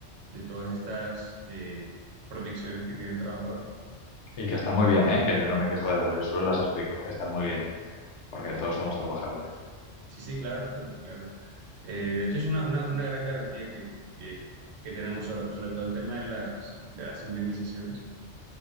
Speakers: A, on the right; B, on the left.
A: de todas estas eh, protecciones que tiene el trabajador.
B: Y que están muy bien, ¿eh? Que yo no me quejo de ellas, yo solo las explico. Están muy bien, porque todos somos trabajadores.
A: Sí, sí, claro, <laughs> claro. Eh, de hecho, es una, una, una gran garantía que, que, que tenemos sobre, sobre todo el tema de las, de las indemnizaciones.